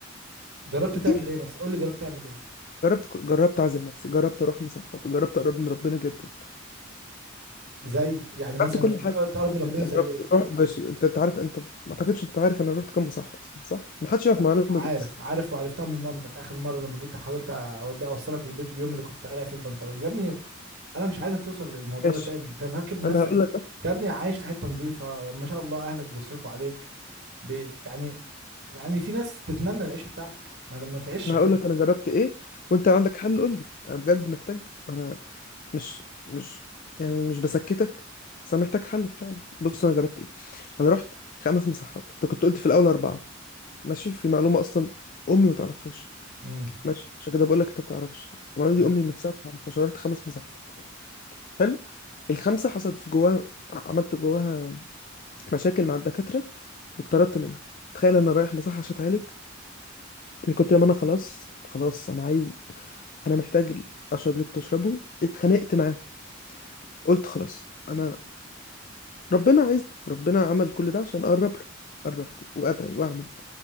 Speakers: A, on the right; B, on the left.
A: جربت
B: اديني
A: تعمل ايه مثلا قول لي جربت تعمل ايه
B: جربت ك- جربت اعزل نفسي جربت اروح مصحات جربت اقرب من ربنا جدا
A: زي يعني مثلا
B: جربت كل
A: إز-
B: حاجه
A: تقرب من ربنا
B: يعني جربت
A: زي ايه
B: اروح ماشي انت أنت عارف انت ما اعتقدش انت عارف انا رحت كام مصحه اصلا صح ما حدش
A: لا
B: يعرف المعلومه
A: عارف
B: دي اصلا
A: عارف وعرفتها من مامتك اخر مره لما جيت حاولت اودي اوصلك البيت اليوم اللي كنت قارع في البنطلون يا ابني انا مش عايزك توصل للموضوع
B: ماشي
A: ده تاني انت فاكر نفسك
B: انا هقول لك بس
A: انت يا ابني عايش في حته نظيفه ما شاء الله اهلك بيصرفوا عليك ب... يعني يعني في ناس تتمنى العيشة بتاعتك ما, ما تعيش
B: انا
A: كده
B: هقول لك انا جربت ايه وانت لو عندك حل قول لي انا بجد محتاج انا مش مش يعني مش بسكتك بس انا محتاج حل فعلا بص انا جربت ايه انا رحت خمس مساحات انت كنت قلت في الاول اربعه ماشي في معلومه اصلا امي ما تعرفهاش
A: امم
B: ماشي عشان كده بقول لك انت ما بتعرفش المعلومه
A: ب...
B: دي امي نفسها ما تعرفهاش انا رحت خمس مساحات حلو الخمسه حصلت في جواها عملت جواها مشاكل مع الدكاتره واتطردت منها تخيل انا رايح مساحه عشان اتعالج من كتر ما انا خلاص خلاص انا عايز انا محتاج اشرب اللي كنت اشربه اتخانقت معاهم قلت خلاص انا ربنا عايز ربنا عمل كل ده عشان اقرب له قربت وادعي واعمل